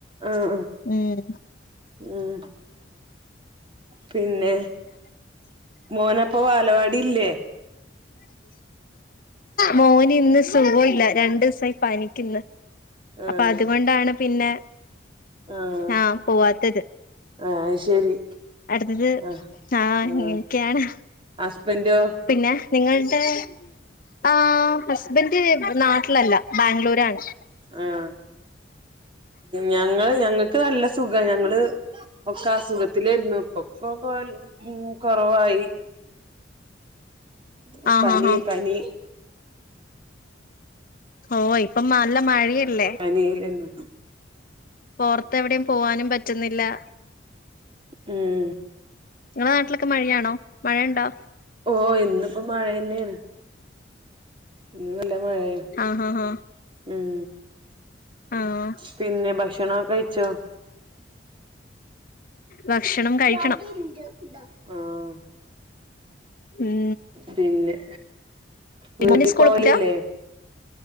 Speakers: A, on the right; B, on the left.
A: ആഹ് ആഹ്
B: ഉം.
A: ഉം പിന്നെ മോനപ്പൊ വാലവാടി ഇല്ലേ.
B: മോന് ഇന്ന് സുഖൊ ല്ല രണ്ടു സാ യി പനിക്ക് ണ്
A: ആഹ്
B: അപ്പൊ അതുകൊണ്ടാണ് പിന്നെ
A: ആഹ്
B: ഞാൻ പോവാത്തത്.
A: ആഹ് ശരി.
B: അടുത്തത്
A: ആഹ്
B: ആഹ
A: ആഹ്
B: ഇങ്ങനെ ക്കാണ്.
A: ഹസ്ബന്റോ
B: പിന്നെ നിങ്ങളുടെ ആഹ. ഹസ്ബന്റ് നാട്ടിലല്ല ബാംഗ്ലൂരാണ്.
A: ആഹ് ഞങ്ങള് ഞങ്ങക്ക് നല്ല സുഖ. ഞങ്ങള് ഒക്കെ അസുഖത്തിലെര്ന്നു. പൊക്കോ കോൽ ഉം കോർവായി ഓ
B: ആഹ്
A: പനി
B: ആഹ് ആഹ്
A: പനി.
B: ഓ ഇപ്പംനല്ല മല്ല മഴയല്ലേ?
A: പനിയേര്ന്നു
B: പോർത്തെവ്ടേം പോവാനും പറ്റ്ന്നില്ലാ
A: ഉം
B: ഇങ്ങളെ നാട്ട്ലൊക്കെ മഴയാണോ മഴയ്ണ്ടോ?
A: ഓഹ് ഇന്ന്പ്പോ മഴെയെന്നേണ് ഇന്ന് നല്ല മഴയാ
B: ആഹ് ഹ ഹാ
A: ഉം
B: ആഹ്
A: പിന്നെ ഭഷണാെ കഴിച്ചോ?
B: ഭക്ഷണം. കഴിക്കണം
A: വടിണ്ട് ണ്ടോ ആഹാ
B: ഉം
A: പിന്നെ വീട്ടി
B: മോന് സ്കൂളിൽ
A: പോവലില്ലേ?
B: പോയില്ല